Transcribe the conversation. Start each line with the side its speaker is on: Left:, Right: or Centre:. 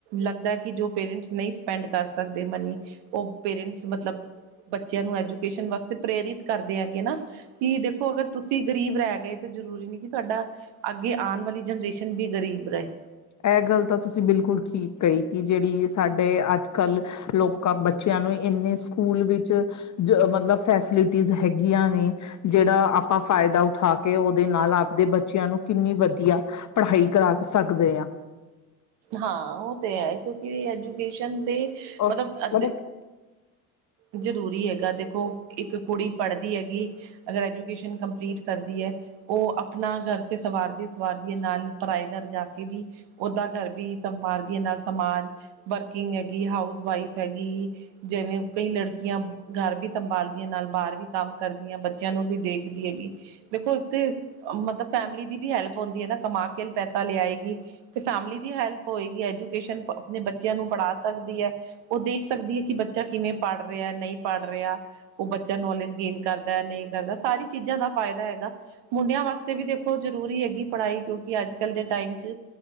Right: ਲੱਗਦਾ ਕਿ ਜੋ ਪੇਰੈਂਟਸ ਨਹੀਂ ਸਪੈਂਡ ਕਰ ਸਕਦੇ ਮਨੀ, ਉਹ ਪੇਰੈਂਟਸ ਮਤਲਬ ਬੱਚਿਆਂ ਨੂੰ ਐਜੂਕੇਸ਼ਨ ਵਾਸਤੇ ਪ੍ਰੇਰਿਤ ਕਰਦੇ ਹੈਗੇ ਨਾ, ਕਿ ਦੇਖੋ ਅਗਰ ਤੁਸੀਂ ਗਰੀਬ ਰਹਿ ਗਏ ਤਾਂ ਜ਼ਰੂਰੀ ਨਹੀਂ ਕਿ ਤਾਡਾ ਅੱਗੇ ਆਉਣ ਵਾਲੀ ਜਨਰੇਸ਼ਨ ਵੀ ਗ਼ਰੀਬ ਰੇ
Left: ਐਹ ਗੱਲ ਤਾਂ ਤੁਸੀਂ ਬਿਲਕੁਲ ਠੀਕ ਕਹੀ ਕਿ ਜਿਹੜੀ ਸਾਡੇ ਅੱਜ- ਕੱਲ ਲੋਕਾਂ ਬੱਚਿਆਂ ਨੂੰ ਇੰਨੇ ਸਕੂਲ ਵਿੱਚ ਜ ਮਤਲਬ ਫੈਸਿਲਿਟੀਜ਼ ਹੈਗੀਆਂ ਨੇ ਜੇਹੜਾ ਆਪਾਂ ਫਾਇਦਾ ਉਠਾ ਕੇ ਉਹਦੇ ਨਾਲ ਆਪਦੇ ਬੱਚਿਆਂ ਨੂੰ ਕਿੰਨੀ ਵਧੀਆ ਪੜ੍ਹਾਈ ਕਰਾ ਸਕਦੇ ਆਂ
Right: ਹਾਂ ਉਹ ਤੇ ਹੈ, ਕਿਉਂਕਿ ਐਜੂਕੇਸ਼ਨ ਤੇ
Left: ਆਹ
Right: ਮਤਲਬ
Left: ਮੰਨੇ
Right: ਜ਼ਰੂਰੀ ਹੈਗਾ ਦੇਖੋ, ਇੱਕ ਕੁੜੀ ਪੜਦੀ ਹੈਗੀ ਅਗਰ ਐਜੂਕੇਸ਼ਨ ਕੰਪਲੀਟ ਕਰਦੀ ਐ ਉਹ ਆਪਣਾ ਘਰ ਤੇ ਸਵਾਰਦੀ ਸਵਾਰਦੀਏ ਨਾਲ ਪਰਾਏ ਘਰ ਜਾ ਕੇ ਵੀ ਉਹਦਾ ਗਰ ਵੀ ਸੰਭਾਲਦੀਏ ਨਾਲ ਸਮਾਜ ਵਰਕਿੰਗ ਹੈਗੀ, ਹਾਊਸ ਵਾਈਫ ਹੈਗੀ ਜਿਵੇਂ ਕਈ ਲੜਕੀਆਂ, ਗਰ ਵੀ ਸੰਭਾਲਦੀਆਂ ਨਾਲ ਬਾਹਰ ਵੀ ਕੰਮ ਕਰਦੀਆਂ ਬੱਚਿਆਂ ਨੂੰ ਵੀ ਦੇਖਦੀ ਹੈਗੀ ਦੇਖੋ ਇੱਥੇ, ਮਤਲਬ ਫੈਮਿਲੀ ਦੀ ਵੀ ਹੈਲਪ ਹੁੰਦੀ ਹੈ ਕਮਾ ਕੇ ਪੈਸਾ ਲਿਆਏਗੀ ਤੇ ਫੈਮਿਲੀ ਦੀ ਹੈਲਪ ਹੋਏਗੀ ਐਜੂਕੇਸ਼ਨ ਆਪਣੇ ਬੱਚਿਆਂ ਨੂੰ ਪੜਾ ਸਕਦੀ ਐ ਉਹ ਦੇਖ ਸਕਦੀ ਹੈ ਕਿ ਬੱਚਾ ਕਿਵੇਂ ਪੜ ਰਿਹਾ ਨਹੀਂ ਪੜ ਰਿਹਾ ਉਹ ਬੱਚਾ ਨੌਲੇਜ ਗੇਨ ਕਰਦਾ, ਨਹੀਂ ਕਰਦਾ ਸਾਰੀ ਚੀਜ਼ਾਂ ਦਾ ਫਾਇਦਾ ਹੈਗਾ ਮੁੰਡਿਆਂ ਵਾਸਤੇ ਵੀ ਦੇਖੋ ਜ਼ਰੂਰੀ ਹੈਗੀ ਪੜ੍ਹਾਈ ਕਿਉਂਕਿ ਅੱਜ- ਕੱਲ ਦੇ ਟਾਈਮ 'ਚ